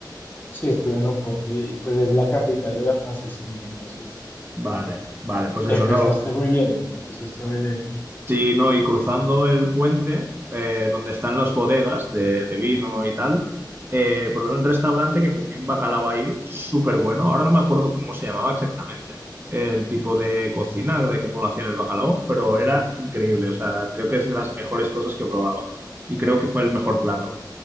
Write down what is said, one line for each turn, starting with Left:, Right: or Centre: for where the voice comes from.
Left: Sí, estuve en Oporto y, y, pues es la capital de la francesina, entonces
Right: Vale, vale, pues eso,
Left: empezaste
Right: no.
Left: muy bien, empezaste muy bien.
Right: Sí, no, y cruzando el puente, eh, donde están las bodegas de, de vino y tal, eh, probé un restaurante que comí un bacalao ahí súper bueno. Ahora no me acuerdo cómo se llamaba exactamente el tipo de cocina, de cómo lo hacían el bacalao, pero era increíble. O sea, creo que es de las mejores cosas que he probado y creo que fue el mejor plato.